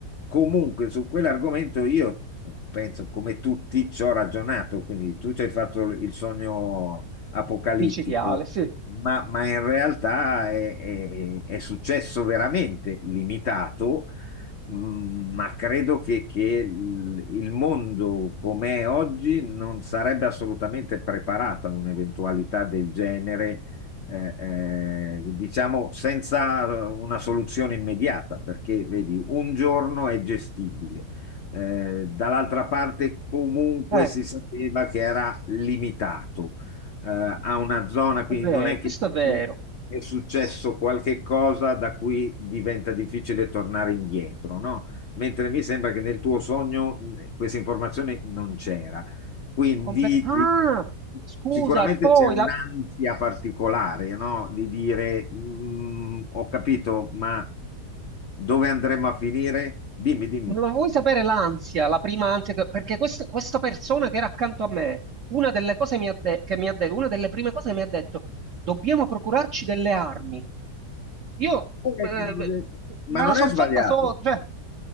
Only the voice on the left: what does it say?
comunque su quell'argomento io penso come tutti ci ho ragionato, quindi tu ci hai fatto il sogno apocalittico.
Ma, ma in realtà è, è- è successo veramente limitato, Mm, ma credo che, che il il mondo com'è oggi non sarebbe assolutamente preparato a un'eventualità del genere, eh, eh, diciamo senza una soluzione immediata, perché vedi, un giorno è gestibile. Eh, dall'altra parte comunque
si sapeva che era limitato eh, ha una zona,
quindi
non è
che
ti è successo qualche cosa da cui diventa difficile tornare indietro, no? Mentre mi sembra che nel tuo sogno mh, questa informazione non c'era. Quindi
ti-
sicuramente
c'è un'ansia
particolare, no? Di dire, "Mm, ho capito, ma dove andremo a finire? Dimmi, dimmi.
Eh,
Ma
non
è sbagliato.